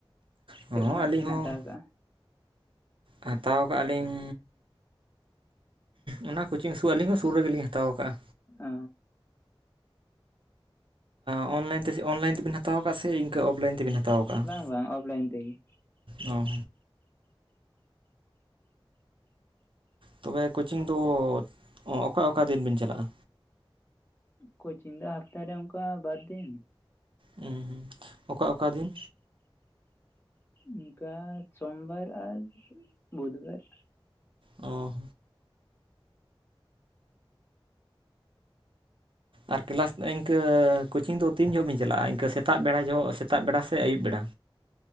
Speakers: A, on the right (about 65°); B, on the left (about 25°).
A: ᱦᱚᱸ
B: ᱪᱮᱫ ᱠᱷᱚᱱᱟᱜ
A: ᱟᱹᱞᱤᱧ
B: ᱵᱮᱱ
A: ᱦᱚᱸ
B: ᱦᱟᱛᱟᱣ ᱠᱟᱜᱼᱟ?
A: ᱦᱟᱛᱟᱣ ᱠᱟᱜᱼᱟ ᱞᱤᱧ᱾ ᱚᱱᱟ ᱠᱳᱪᱤᱝ ᱥᱩ ᱟᱹᱞᱤᱧ ᱦᱚᱸ ᱥᱩᱨ ᱨᱮᱜᱮ ᱞᱤᱧ ᱦᱟᱛᱟᱣ ᱠᱟᱜᱼᱟ᱾
B: ᱚ
A: ᱚᱱᱞᱟᱭᱤᱱ ᱛᱮ ᱚᱱᱞᱟᱭᱤᱱ ᱛᱮᱵᱮᱱ ᱦᱟᱛᱟᱣ ᱟᱠᱟᱫ ᱥᱮ ᱤᱱᱠᱟᱹ ᱚᱯᱷᱞᱟᱭᱤᱱ? ᱛᱮᱵᱤᱱ ᱦᱟᱛᱟᱣ ᱟᱠᱟᱟᱜᱼᱟ
B: ᱵᱟᱝ ᱵᱟᱝ ᱚᱯᱷᱞᱟᱭᱤᱱ ᱛᱮᱜᱮ
A: ᱦᱚᱸ ᱛᱚᱵᱮ ᱠᱳᱪᱤᱝ ᱫᱚ ᱚᱠᱟ ᱚᱠᱟ ᱫᱤᱱ ᱵᱤᱱ ᱪᱟᱞᱟᱜᱼᱟ?
B: ᱠᱳᱪᱤᱝ ᱫᱚ ᱦᱟᱯᱛᱟ ᱨᱮ ᱚᱱᱠᱟ ᱵᱟᱨ ᱫᱤᱱ᱾
A: ᱦᱚᱸ ᱦᱩᱸ ᱚᱠᱟ ᱚᱠᱟ ᱫᱤᱱ?
B: ᱚᱱᱠᱟ ᱥᱚᱢᱵᱟᱨ ᱟᱨ ᱵᱩᱫᱷᱵᱟᱨ᱾
A: ᱚᱸ ᱟᱨ ᱠᱮᱞᱟᱥ ᱤᱱᱠᱟᱹ ᱠᱳᱪᱤᱝ ᱫᱚ ᱛᱤᱱ ᱡᱚᱦᱚᱜ ᱵᱤᱱ ᱪᱟᱞᱟᱜᱼᱟ ᱤᱱᱠᱟᱹ ᱥᱮᱛᱟᱜ ᱵᱮᱲᱟ ᱡᱚᱦᱚᱜ ᱥᱮᱛᱟᱜ ᱵᱮᱲᱟ ᱥᱮ ᱟᱹᱭᱩᱵ ᱵᱮᱲᱟ?